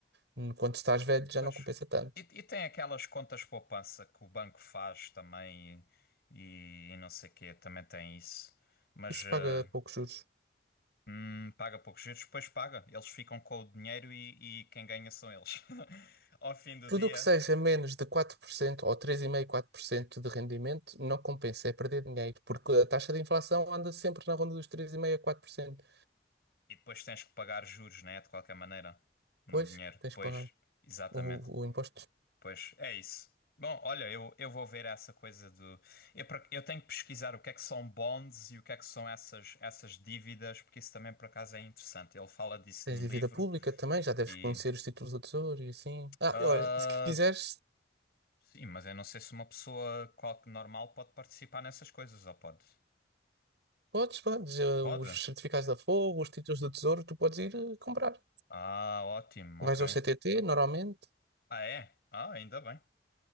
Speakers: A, on the right; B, on the left.
A: Hum, Quando estás velho, já
B: Pois.
A: não compensa tanto.
B: E, e tem aquelas contas poupança que o banco faz também e, e não sei quê, também tem isso. Mas.
A: Isso
B: eh,
A: paga poucos juros.
B: Hum, paga poucos juros, depois paga. Eles ficam com o dinheiro e, e quem ganha são eles. <laughs> Ao fim do
A: Tudo
B: dia.
A: o que seja menos de quatro por cento ou três vírgula cinco por cento, quatro por cento de rendimento não compensa, é perder dinheiro, porque a taxa de inflação anda sempre na ronda dos 3,5 a quatro por cento
B: E depois tens que pagar juros, né? De qualquer maneira. No
A: Pois,
B: dinheiro.
A: tens
B: Pois,
A: que pagar
B: exatamente.
A: o, o imposto.
B: Pois, é isso. Bom, olha, eu, eu vou ver essa coisa do. Eu, por ac- eu tenho que pesquisar o que é que são bonds e o que é que são essas, essas dívidas, porque isso também por acaso é interessante. Ele fala disso
A: Tens
B: no
A: dívida
B: livro
A: pública também, já deves
B: e.
A: conhecer os títulos do Tesouro e assim. Ah,
B: ah,
A: olha, se quiseres,
B: sim, mas eu não sei se uma pessoa qual, normal pode participar nessas coisas, ou pode?
A: Podes, podes, eh,
B: Pode?
A: os certificados da Forro, os títulos do Tesouro, tu podes ir eh, comprar.
B: Ah, ótimo, ok.
A: Vais ao CTT, normalmente.
B: Ah, é? Ah, ainda bem.